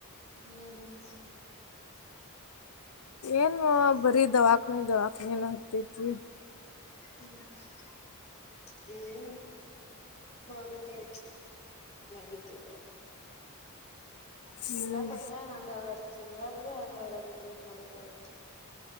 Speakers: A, on the left; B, on the left.
A: ಹ್ಮ್ ಹ್ಮ್.
B: ಏನ್ವಾ ಭರಿ ದವಾಖಾನಿ ದವಾಖಾನಿ ನ ಹತ್ತೈತಿ.
A: ಹ್ಮ್ <unintelligible> ಮಾಡುದ <unintelligible> ವಟ್ಟ.
B: ಹ್ಮ್
A: ಎಲ್ಲಾ ಕಡಿನ ಹಂಗ ಆಗದೈತಿ ಎಲ್ಲಾರಗು ಹಂಗ ಆಗದೈತಿ ಏನ್ ಮಾಡುದ ಹೇಳ್.